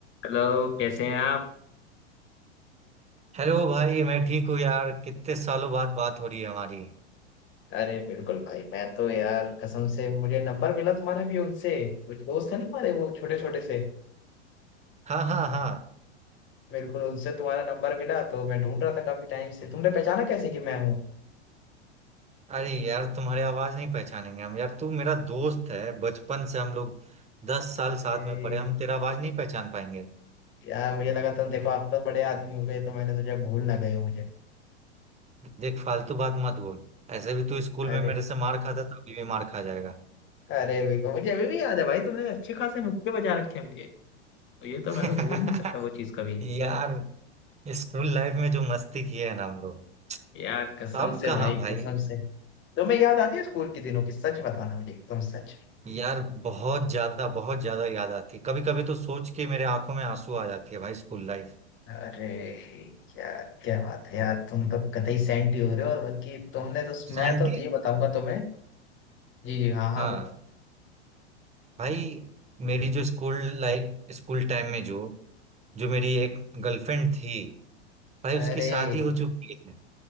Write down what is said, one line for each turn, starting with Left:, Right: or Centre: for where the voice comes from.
Left: Hello कैसे हैं आप
Right: Hello भाई मैं ठीक हूँ यार कितने सालों बाद बात हो रही है हमारी
Left: अरे बिल्कुल भाई मैं तो यार कसम से मुझे नंबर मिला तुम्हारा भी उनसे कुछ दोस्त है ना हमारे वो छोटे छोटे से
Right: हाँ हाँ हाँ
Left: बिल्कुल उनसे तुम्हारा नंबर मिला तो मैं ढूंढ रहा था काफी टाइम से तुमने पहचाना कैसे कि मैं हूँ
Right: अरे यार तुम्हारी आवाज नहीं पहचानेंगे हम यार तू मेरा दोस्त है बचपन से हम लोग दस
Left: अरे
Right: साल साथ में पढ़े हम तेरा आवाज नहीं पहचान पाएंगे
Left: यार मुझे लगा तुम देखो आप तो बड़े आदमी हो गए तो मैंने सोचा भूल ना गए हो मुझे
Right: देख फालतू बात मत बोल ऐसे भी तू स्कूल
Left: अरे
Right: में मेरे से मार खाता था अभी भी मार खा जाएगा
Left: अरे बिल्कुल मुझे अभी भी याद है भाई तुमने अच्छे खासे मुक्के बजा रखे हैं मुझे तो ये
Right: <laughs>
Left: तो मैं तो भूल नहीं सकता वो चीज कभी
Right: यार स्कूल लाइफ में जो मस्ती की है ना हम लोग
Left: यार कसम
Right: अब
Left: से
Right: कहाँ
Left: भाई
Right: भाई
Left: कसम से तुम्हें याद आती है स्कूल के दिनों की सच बताना मुझे एकदम सच
Right: यार बहुत ज्यादा बहुत ज्यादा याद आती है कभी कभी तो सोच के मेरे आंखों में आंसू आ जाती है भाई स्कूल लाइफ
Left: अरे यार क्या बात है यार तुम तो कतई सेंटी हो रहे हो और बल्कि तुमने तो मैं
Right: सैंटी
Left: तो तो ये बताऊंगा तुम्हें जी जी हाँ हाँ
Right: हाँ
Left: बोलो
Right: भाई मेरी जो स्कूल लाइफ स्कूल टाइम में जो जो मेरी एक गर्लफ्रेंड थी भाई
Left: अरे
Right: उसकी शादी हो चुकी है